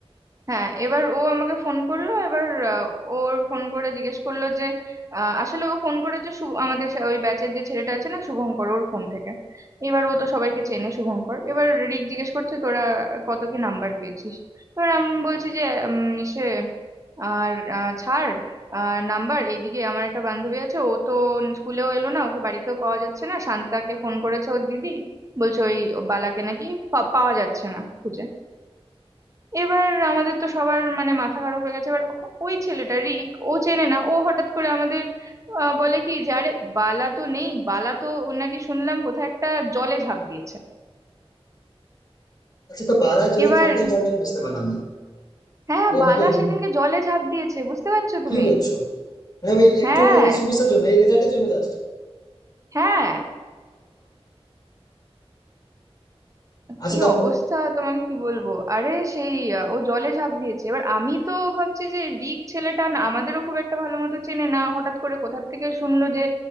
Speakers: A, on the right; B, on the left.
A: হ্যাঁ এবার ও আমাকে ফোন করলো এবার আহ, ওর ফোন করে জিজ্ঞেস করলো যে আহ, আসলে ও ফোন করেছে শুভ আমাদের সা- ওই ব্যাচের যে ছেলেটা আছে না শুভঙ্কর ওর ফোন থেকে এবার ও তো সবাইকে চেনে শুভঙ্কর এবার রিক জিজ্ঞেস করছে তোরা কত কি নাম্বার পেয়েছিস এবার আমি বলছি যে উম, ইসে আর আহ, ছাড় নাম্বার এইদিকে আমার একটা বান্ধবী আছে ও তো স্কুলেও এলো না ওকে বাড়িতেও পাওয়া যাচ্ছে না শান্তাকে ফোন করেছে ওর দিদি বলছে ওই বালাকে নাকি পা- পাওয়া যাচ্ছে না খুঁজে এবার আমাদের তো সবার মানে মাথা খারাপ হয়ে গেছে এবার হ- ওই ছেলেটা রিক ও চেনে না ও হঠাৎ করে আমাদের আহ, বলে কি যে আরে বালা তো নেই বালা তো ও নাকি শুনলাম কোথায় একটা জলে ঝাঁপ দিয়েছে
B: আচ্ছা তো পাড়া জলে
A: এবার
B: ঝাঁপটাই কারণটা আমি বুঝতে পারলাম না
A: হ্যাঁ
B: মানে এটা
A: বালা
B: কি আমি
A: সেদিনকে জলে ঝাঁপ দিয়েছে বুঝতে পারছো তুমি
B: কি বলছো মানে ওই
A: হ্যাঁ
B: একটু এই সমস্যার জন্য এই রেজাল্টের জন্য জাস্ট
A: হ্যাঁ
B: আচ্ছা
A: কি
B: তারপর
A: অবস্থা তোমাকে কি বলবো আরে সেই আহ, ও জলে ঝাঁপ দিয়েছে এবার আমি তো ভাবছি যে রিক ছেলেটা না আমাদেরও খুব একটা ভালো মতো চেনে না হঠাৎ করে কোথা থেকে শুনলো যে